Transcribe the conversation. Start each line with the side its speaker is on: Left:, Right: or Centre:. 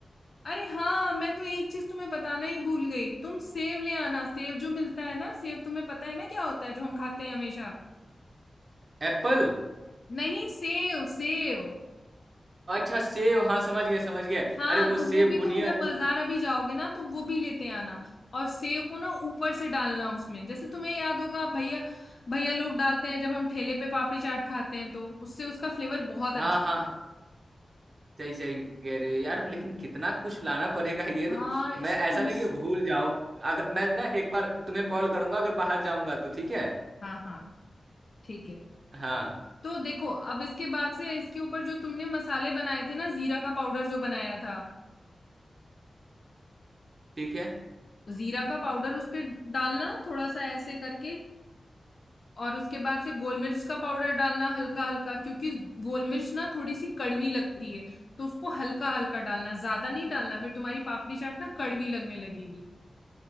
Left: अरे हाँ मैं तो एक चीज तुम्हें बताना ही भूल गई तुम सेव ले आना सेव जो मिलता है ना सेव तुम्हें पता है ना क्या होता है जो हम खाते हैं हमेशा
Right: एप्पल
Left: नहीं सेव सेव
Right: अच्छा सेब हाँ समझ गए समझ गए
Left: हाँ
Right: अरे वो
Left: तो
Right: सेब
Left: वो भी
Right: बुनिया
Left: तुम जब
Right: उस
Left: बाजार अभी जाओगे ना तो वो भी लेते आना और सेव को ना ऊपर से डालना उसमें जैसे तुम्हें याद होगा भैया भैया लोग डालते हैं जब हम ठेले पे पापड़ी चाट खाते हैं तो उससे उसका फ्लेवर बहुत
Right: हाँ
Left: अच्छा
Right: हाँ सही सही कह रहे हो यार लेकिन कितना कुछ लाना पड़ेगा <laughs> ये
Left: हाँ
Right: तो
Left: इसमें
Right: मैं ऐसा
Left: मुश
Right: ना कि भूल जाऊं अगर मैं ना एक बार तुम्हें कॉल करूंगा अगर बाहर जाऊंगा तो ठीक है
Left: हाँ हाँ ठीक है
Right: हाँ
Left: तो देखो अब इसके बाद से इसके ऊपर जो तुमने मसाले बनाए थे ना जीरा का पाउडर जो बनाया था
Right: ठीक है
Left: जीरा का पाउडर उस पे डालना थोड़ा सा ऐसे करके और उसके बाद से गोल मिर्च का पाउडर डालना हल्का हल्का क्योंकि गोल मिर्च ना थोड़ी सी कड़वी लगती है तो उसको हल्का हल्का डालना ज्यादा नहीं डालना फिर तुम्हारी पापड़ी चाट ना कड़वी लगने लगेगी